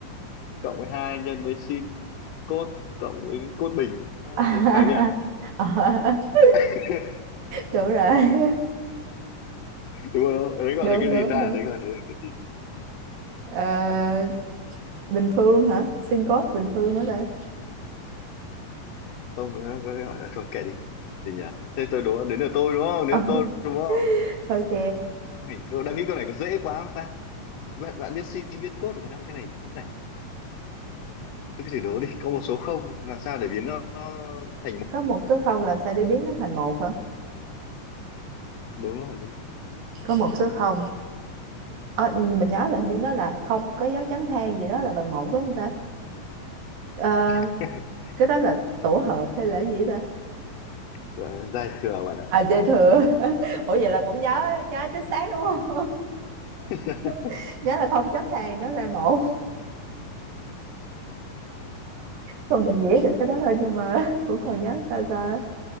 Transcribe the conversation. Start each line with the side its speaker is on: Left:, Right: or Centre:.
Left: cộng với 2 nhân với sin cốt cộng với cốt bình. Ờ,
Right: <laughs>
Left: Phải không nhỉ? <laughs>
Right: đúng rồi <laughs>
Left: Đúng không? Đấy gọi
Right: đúng
Left: là cái
Right: đúng
Left: gì ta?
Right: đúng
Left: Đấy gọi là cái gì?
Right: Ờ, Bình Phương hả Sin code Bình Phương hả ta
Left: không có, có cái hỏi à, thôi kệ đi gì nhỉ thế tôi đố đến là tôi đúng không đến
Right: Ờ,
Left: là tôi
Right: <laughs>
Left: đúng không
Right: ok
Left: Ôi, câu đang nghĩ câu này có dễ quá không ta bạn bạn biết sin biết cos rồi khả năng cái này biết này thôi cứ thử đố đi có một số không làm sao để biến nó nó thành một
Right: có một số không làm sao để biến nó thành một hả
Left: đúng rồi đúng không
Right: có một số không Ờ, mình nhớ là hình như nó là không có dấu chấm than gì đó là bằng một đúng không ta Ờ,
Left: <laughs>
Right: cái đó là tổ hợp hay là gì đó
Left: gọi là giai thừa bạn ạ
Right: ta à dư thừa <laughs> ủa vậy là cũng nhớ nhớ chính xác đúng không
Left: <laughs>
Right: <laughs> nhớ là không chấm than nó ra một không định nghĩa được cái đó thôi nhưng mà <laughs> cũng còn nhớ sao sao